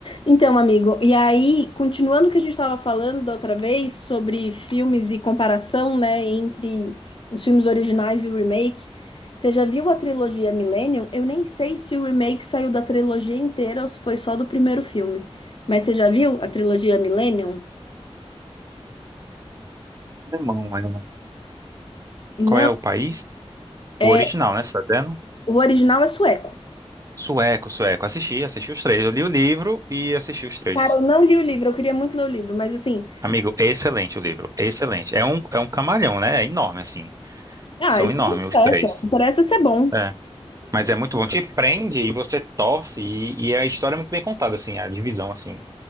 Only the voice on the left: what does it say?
Então, amigo, e aí, continuando o que a gente estava falando da outra vez sobre filmes e comparação, né, entre os filmes originais e o remake, você já viu a trilogia Millennium? Eu nem sei se o remake saiu da trilogia inteira ou se foi só do primeiro filme. Mas você já viu a trilogia Millennium?
Não,
é,
o original é sueco.
Cara, eu não li o livro, eu queria muito ler o livro, mas assim,
ah,
isso
não interessa,
o que interessa é ser bom.